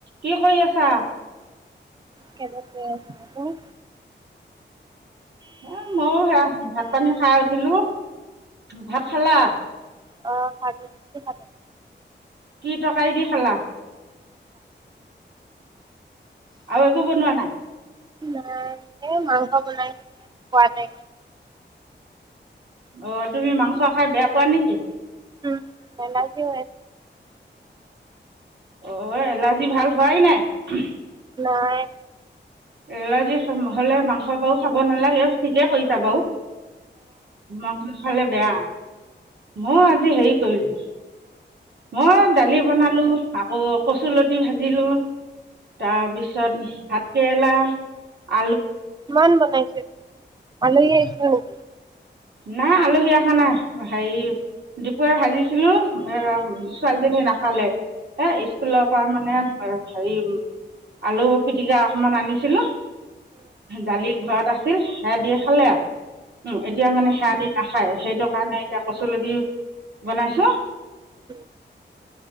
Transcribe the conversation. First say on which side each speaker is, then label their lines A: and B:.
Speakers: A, on the right; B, on the right.
A: কি কৰি আছা
B: কেজত গৈ আছো তুমি
A: এ ময়ো সেয়া ভাত পানী খাই উঠিলোঁ। ভাত খালা
B: অ ফাগুণীকে পালো।
A: কি টকাৰি দি খালা। আৰু একো বনোৱা নাই।
B: নাই মাংস বনাইছিলে খোৱা নাই।
A: অ তুমি মাংস খাই বেয়া পোৱা নেকি।
B: উম নেলাগে।
A: অ এলাৰ্জি ভাল হোৱাই নাই
B: নাই
A: এলাৰ্জিহলে মাংস বাও খাব নালাগে। ঠিকে কৰিছা বাৰু মাংস খালে বেয়া ময়ো আজি হেৰি কৰিলোঁ। মই দালি বনালো আকৌ কচুলতি ভাজিলো তাৰপিছ পিছত ভাত উম
B: কিমান বনাইছে আলহী আহিছে উম
A: নাই আলহী আহা নাই হেৰি। দুপৰিয়া ভাজিছিলো ছোৱালীজনী নাখালে এ স্কুলৰ পৰা মানে হেৰি। আলু পিটিকা অকমান আনিছিলোঁ দালিৰ ঘৰত আ আছিল সেয়া দিয়ে খালে আৰু উম এতিয়া মানে সেৱা দি নাখায়। সেইটো কাৰণে এতিয়া কচুলো দিও বনাইছো।
B: উম